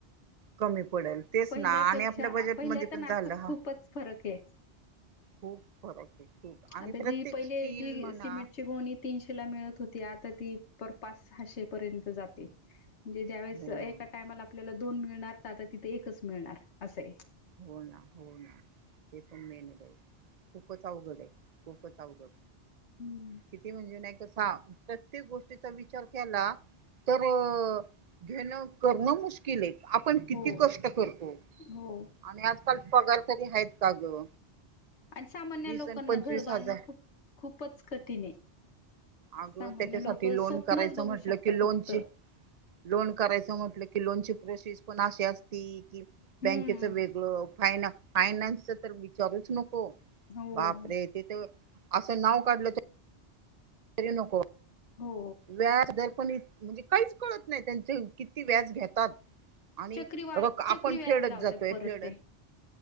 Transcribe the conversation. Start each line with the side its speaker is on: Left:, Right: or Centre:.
Right: कमी पडेल तेच
Left: पहिल्यापेक्षा
Right: ना आणि आपल्या बजेटमध्ये
Left: पहिल्या
Right: पण
Left: तर नातात
Right: झालं हा
Left: खूपच फरक आहे
Right: खूप फरक आहे खूप आणि
Left: आता
Right: प्रत्येक
Left: जी पहिले
Right: स्टील
Left: जी
Right: म्हणा
Left: सिमेंटची गोणी तीनशेला मिळत होती आता ती पाच सहाशे पर्यंत जाते म्हणे ज्यास
Right: हो
Left: एका
Right: ना
Left: टायला आपल्याला दोन मिळणार तर आता तिथं एकच मिळणार असं आहे
Right: हो ना हो ना ते पण मेन आहे बाई खूपच अवघड आहे खूपच अवघड
Left: हम्म
Right: किती म्हणजे नाही कसं हा प्रत्येक गोष्टीचा विचार केला तर घेणं करणं मुश्किल आहे आपण किती
Left: हो
Right: कष्ट करतो
Left: हो
Right: आणि आजकाल पगार तरी आहेत का ग
Left: आणि सामान्य
Right: वीस
Left: लोकांना
Right: आणि पंचवीस
Left: घर
Right: हजार
Left: बांधणं खूप खूपच कठीण आहे
Right: अगं
Left: सामान्य
Right: त्याच्यासाठी
Left: लोक
Right: लोन
Left: स्वप्नच
Right: करायचं
Left: बघू
Right: म्हटलं
Left: शकता
Right: की लोनची
Left: फक्त
Right: लोन करायचं म्हटलं कि लोनची प्रोसेस पण अशी असती कि
Left: हम्म
Right: बँकेच वेगळं फाईना फायनान्सचा तर विचारूच नको
Left: हो
Right: बापरे ते तर असं नाव काढलं तर तरी नको
Left: हो
Right: व्याज दर पण म्हणजे काहीच कळत नाही त्यांचे किती व्याज घेतात आणि
Left: चक्रीवा
Right: रक आपण
Left: चक्री व्याज
Right: फेडत
Left: लावतात
Right: जातोय
Left: परत
Right: फेड
Left: ते